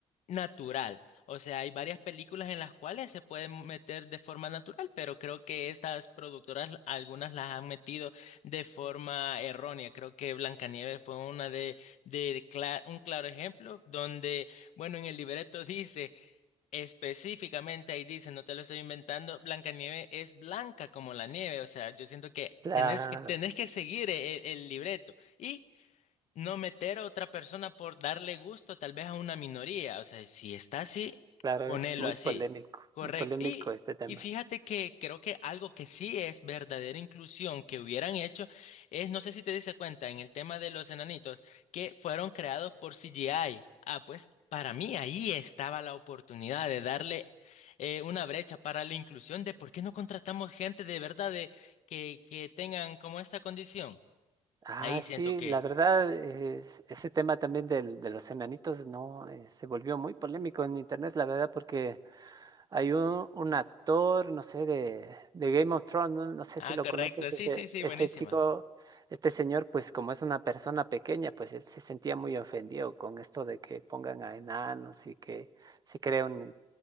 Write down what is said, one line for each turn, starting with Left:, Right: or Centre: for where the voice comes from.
Left: natural. O sea, hay varias películas en las cuales se pueden meter de forma natural, pero creo que estas productoras, algunas las han metido de forma errónea. Creo que Blancanieves fue una de, de cla- un claro ejemplo donde, bueno, en el libreto dice específicamente, ahí dice, no te lo estoy inventando, Blancanieves es blanca como la nieve. O sea, yo siento que
Right: Claro,
Left: tenés que, tenés que seguir el, el libreto. Y no meter a otra persona por darle gusto tal vez a una minoría. O sea, si está así,
Right: claro,
Left: ponerlo
Right: es muy
Left: así.
Right: polémico,
Left: Correcto.
Right: muy polémico
Left: Y,
Right: este tema.
Left: y fíjate que creo que algo que sí es verdadera inclusión que hubieran hecho es, no sé si te diste cuenta en el tema de los enanitos, que fueron creados por CGI. Ah, pues para mí ahí estaba la oportunidad de darle eh, una brecha para la inclusión de por qué no contratamos gente de verdad de, que, que tengan como esta condición.
Right: Ah,
Left: Ahí
Right: sí,
Left: siento que...
Right: la verdad, es- ese tema también del- de los enanitos, no, Eh, se volvió muy polémico en internet, la verdad, porque Hay un, un actor, no sé, de, de Game of Thrones, no, no sé
Left: Ah,
Right: si lo
Left: correcto.
Right: conoces, ese,
Left: Sí, sí, sí,
Right: ese
Left: buenísima.
Right: chico, este señor, pues como es una persona pequeña, pues él se sentía muy ofendido con esto de que pongan a enanos y que se creen